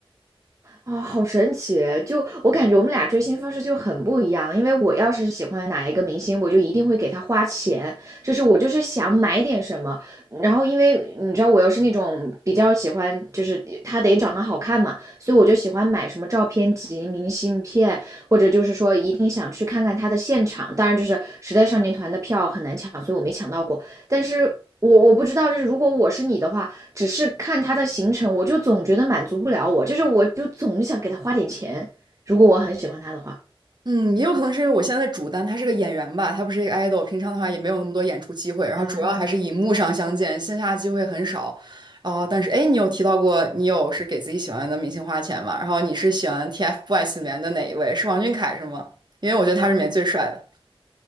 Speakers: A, on the right (about 35°); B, on the right (about 50°).
A: 啊，好神奇！就我感觉我们俩追星方式就很不一样，因为我要是喜欢哪一个明星，我就一定会给他花钱，就是我就是想买点什么。然后因为你知道我又是那种比较喜欢，就是他得长得好看嘛，所以我就喜欢买什么照片集、明信片，或者就是说一定想去看看他的现场。当然，就是时代少年团的票很难抢，所以我没抢到过。但是我我不知道，就是如果我是你的话。只是看他的行程，我就总觉得满足不了我，就是我就总想给他花点钱，如果我很喜欢他的话。
B: 嗯，也有可能是因为我现在的主单他是个演员吧，他不是一个 idol，平常的话也没有那么多演出机会，然后主要还是荧幕上相见，
A: 啊，
B: 线下机会很少。哦，但是哎，你有提到过你有是给自己喜欢的明星花钱吗？然后你是喜欢 TFBOYS 里面的哪一位？是王俊凯是吗？因为我觉得他是里面最帅的。